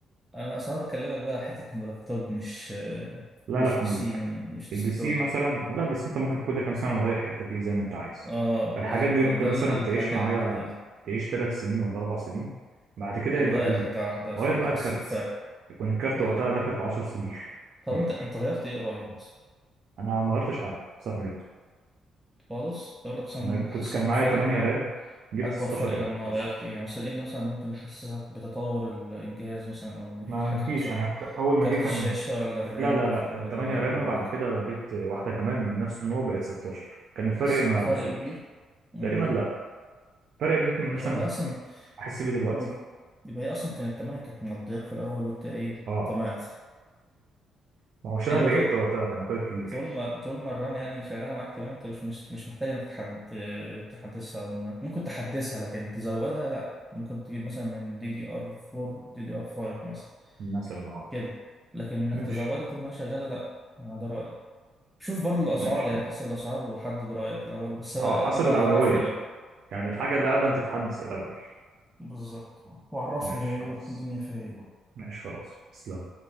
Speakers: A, in the centre; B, on the right.
A: انا اصلا بكلمك بقى على حته ان اللابتوب مش آه،
B: لا
A: مش
B: لا كمبيوتر
A: بي سي مش
B: البي
A: ديسكتوب
B: سي مثلا لا البي سي انت ممكن كل كام سنه نغير حته فيه زي ما انت عايز
A: اه بالظبط
B: فالحاجات دي ممكن
A: آه، ده
B: مثلا
A: الحاجة
B: تعيش معايا
A: اللذيذة
B: تعيش ثلاث سنين ولا اربع سنين بعد كده يبقى
A: تغير
B: ال...
A: حاجة واحدة عشان
B: غير بقى
A: تحس
B: الكارت
A: بفرق
B: يكون الكارت
A: اه
B: وقتها داخل في 10 سنين
A: طب
B: <laughs>
A: انت انت غيرت ايه قريب مثلا
B: انا ما غيرتش حاجه ساعه ما جبته
A: خالص تقول لك مثلا
B: انا كنت
A: حسيت
B: كان
A: بفرق
B: معايا 8 رام جبت
A: اكبر
B: 16
A: فرق لما
B: رام بس
A: غيرت ايه يعني مثلا ايه اللي مثلا ممكن يحسسك بتطور ال- الجهاز مثلا او ان في
B: ما
A: حاجة
B: ما فيش
A: حصلت
B: انا ك- اول ما
A: كارت
B: جه كان
A: الشاشة ولا الرام
B: لا لا
A: افضل
B: لا كان
A: ولا
B: 8
A: المعالج
B: رام بعد كده بقى جبت واحده كمان من نفس النوع بقت 16 كان الفرق
A: حسيت
B: ما
A: بفرق
B: بسيط
A: كبير امم
B: تقريبا لا فرق يمكن مثلا
A: يبقى هي اصلا
B: احس بيه دلوقتي
A: قول. يبقى هي اصلا كانت تمام كانت مضايقك في الاول وانت ايه
B: اه
A: طمعت <laughs>
B: ما هوش انا
A: يعني
B: اللي جبت وقتها كان اخويا الكبير
A: طول ما طول ما الرام يعني شغاله معاك تمام انت مش مش مش محتاج انك تحد تحدثها او انك ممكن تحدثها لكن تزودها لا ممكن تجيب مثلا من دي دي ار 4 دي دي ار 5 مثلا
B: مثلا اه
A: كده لكن انك
B: ماشي
A: تزودها طول ما هي شغاله لا آه، ده رايي شوف برضو الاسعار
B: ماشي
A: يعني
B: تمام
A: حسب الاسعار وحدد رايك الاول بس آه،
B: اه حسب
A: ابقى
B: الاولويه
A: عرفني بقى
B: يعني الحاجه اللي اقدم تتحدث الاول
A: بالظبط وعرفني
B: ماشي
A: بقى ايه
B: خلاص
A: الدنيا فيها ايه
B: ماشي خلاص تسلم